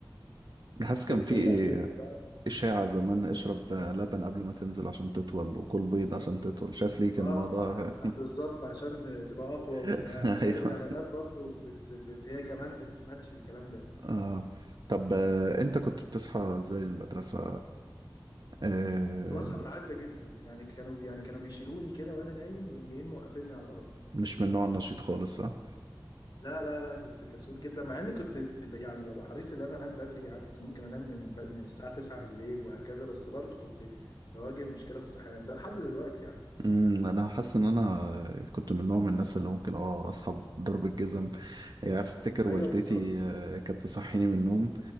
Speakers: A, on the right (about 55°); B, on the left (about 55°).
A: حاسس
B: ت-
A: كان
B: بتبدأ
A: في ايه
B: تنزل بقى
A: اشاعه زمان اشرب
B: ف-
A: لبن قبل ما تنزل عشان تطول وكل بيض عشان تطول شايف ليه كان
B: اه
A: الموضوع
B: ع- بالظبط عشان تبقى أقوى وبتاع
A: <laughs>
B: وكانت
A: ايوه
B: الإعلانات برضو بت... بت... هي كمان بتماتش الكلام ده
A: آه. طب آه، انت كنت بتصحى زي المدرسة آه.
B: كنت بصحى بالعافيه جدا يعني كانوا يعني كانوا بيشيلوني كده وانا نايم يقوموا جايين موقفيني على الارض
A: مش من النوع النشيط خالص ها
B: لا لا لا كنت كسول جدا مع اني كنت ب- يعني ببقى حريص ان انا انام بدري عادي كنت ممكن انام من ب- من الساعه 9 بالليل وهكذا بس برضه كنت بواجه مشكله في الصحيان ده لحد دلوقتي يعني
A: امم انا حاسس ان انا آه، كنت من نوع من الناس اللي ممكن اه اصحى بضرب الجزم يعني افتكر
B: ايوه
A: والدتي
B: بالظبط <laughs>
A: آه، كانت تصحيني من النوم